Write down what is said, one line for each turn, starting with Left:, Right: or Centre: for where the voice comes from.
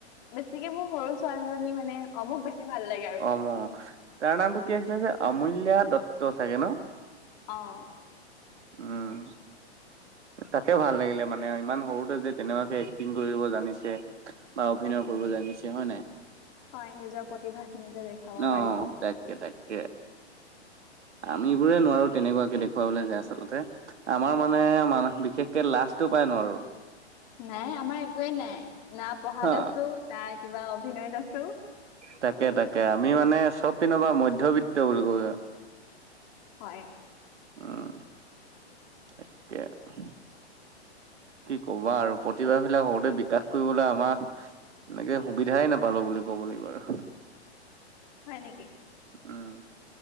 Left: বেছিকে মোৰ সৰু ছোৱালীজনী মানে অমুক বেছি ভাল লাগে আৰু।
Right: অম অ'। তাৰ নামটো কি আছিলে যে আমূল্যা দত্ত চাগে ন'।
Left: অ'।
Right: উম। তাকে ভাল লাগিলে মানে ইমান সৰুতে যে তেনেকুৱাকে এক্টিং কৰিব জানিছে। বা অভিনয় কৰিব জানিছে হয় নে নাই?
Left: হয় নিজৰ প্ৰতিভা খিনি যে দেখাব
Right: অ
Left: পাৰিছে।
Right: তাকে তাকে। তাকে। আমিবোৰে নোৱাৰো তেনেকুৱাকে দেখুৱাবলৈ যে আচলতে। আমাৰ মানে মান বিশেষকে লাজটো পায় নোৱাৰোঁ।
Left: নাই আমাৰ একোৱে নাই, না পঢ়াত
Right: হা
Left: আছো, নাই কিবা অভিনয়ত আছো।
Right: তাকে তাকে, আমি মানে চব পিনৰ বা মধ্যবিত্ত বুলি কব
Left: হয়।
Right: উম। তাকেহেনো। কি কবা আৰু প্ৰতিভাবিলাক সৰুতে বিকাশ কৰিবলৈ আমাক এনেকে সুবিধাই নাপালো বুলি ক'ব লাগিব আৰু।
Left: হয় নিকি?
Right: উম,